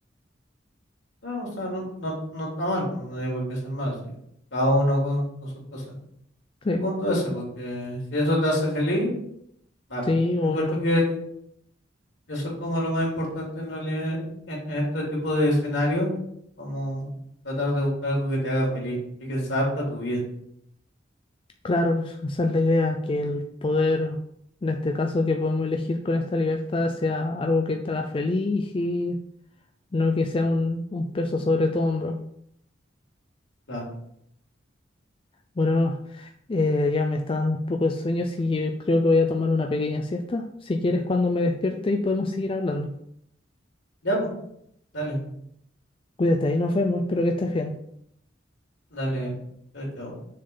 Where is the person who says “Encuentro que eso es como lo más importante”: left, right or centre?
Left